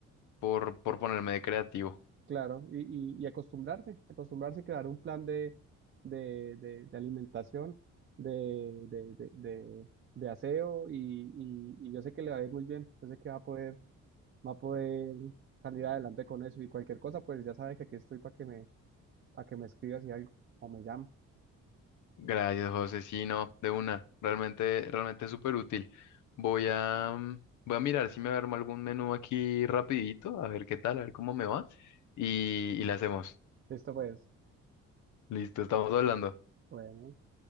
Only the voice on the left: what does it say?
por, por ponerme de creativo.
Gracias, José. Sí, no, de una. Realmente, realmente es súper útil. Voy a, mm, voy a mirar si me armo algún menú aquí rapidito, a ver qué tal, a ver cómo me va. Y, y le hacemos.
Listo, estamos hablando.